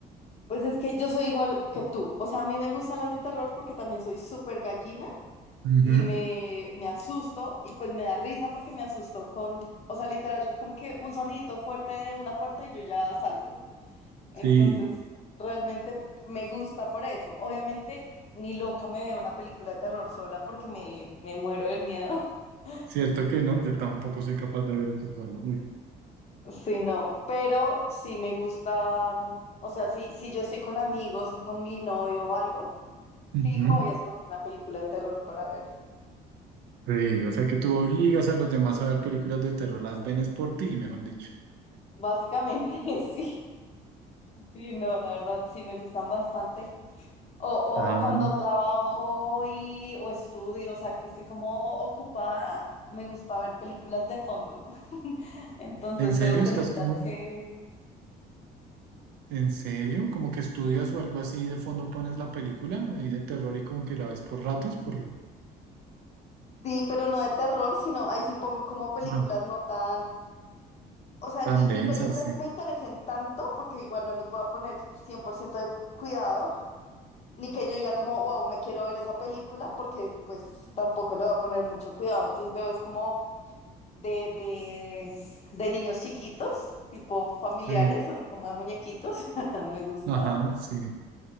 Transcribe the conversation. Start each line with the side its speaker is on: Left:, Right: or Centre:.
Left: Pues es que yo soy igual que tú, o sea, a mí me gustan las de terror porque también soy súper gallina.
Right: Ujú.
Left: y me, me asusto y pues me da risa porque me asustó con, o sea, literal, como que un sonito fuerte de una puerta y yo ya salto. Entonces,
Right: Sí,
Left: realmente me gusta por eso. Obviamente, ni loca me veo una película de terror sola porque me, me muero del miedo. <laughs>
Right: cierto que no, yo tampoco soy capaz de ver eso solo. Uy.
Left: Sí, no, pero sí me gustan, o sea, si, si yo estoy con amigos o con mi novio o algo, fijo
Right: Ujú.
Left: voy a escoger una película de terror para ver.
Right: Sí, o sea que tú obligas a los demás a ver películas de terror, las ven es por ti, mejor dicho.
Left: Básicamente, <laughs> sí. Sí, no, la verdad, sí, me gustan bastante. O, o,
Right: Ah.
Left: o cuando trabajo y, o estudio, o sea, que estoy como ocupada, me gusta ver películas de fondo. <laughs> Entonces
Right: ¿En serio?
Left: veo
Right: ¿Estás
Left: películas
Right: como?
Left: que...
Right: ¿En serio? ¿Como que estudias o algo así y de fondo pones la película ahí de terror y como que la ves por ratos, por
Left: Sí, pero no de terror, sino ahí sí pongo como películas
Right: ah,
Left: no tan... O sea,
Right: tan
Left: ni,
Right: densa,
Left: ni películas
Right: sí.
Left: que me interesen tanto, porque igual no les voy a poner 100% de cuidado, Ni que yo diga como, wow, me quiero ver esa película porque pues tampoco le voy a poner mucho cuidado. Entonces veo es como de, de, de niños chiquitos, tipo familiares,
Right: Sí.
Left: así como de muñequitos, <laughs> me gustan.
Right: Ajá, sí.